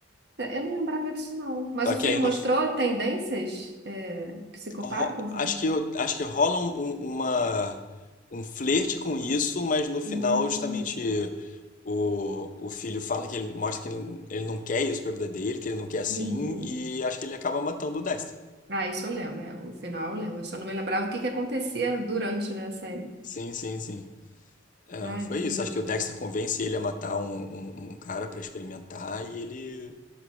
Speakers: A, on the right; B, on the left.
A: Eu não lembrava disso, não. Mas
B: Só
A: o
B: que
A: filho
B: aí
A: mostrou
B: no,
A: tendências é, psicopatas?
B: Ro- Acho
A: né?
B: que, eu- acho que rola um, um- uma, um flerte com isso, mas no final,
A: Hum.
B: justamente, o, o filho fala que ele mostra que ele ele não quer isso pra vida dele, que ele não quer assim,
A: Uhum.
B: e acho que ele acaba matando o Dexter.
A: Ah, isso eu lembro, é, o final eu lembro. Eu só não me lembrava o que que acontecia durante, né, a série.
B: Sim, sim, sim. É,
A: Ai,
B: foi
A: que.
B: isso. Acho que o Dexter convence ele a matar um, um- um cara pra experimentar e ele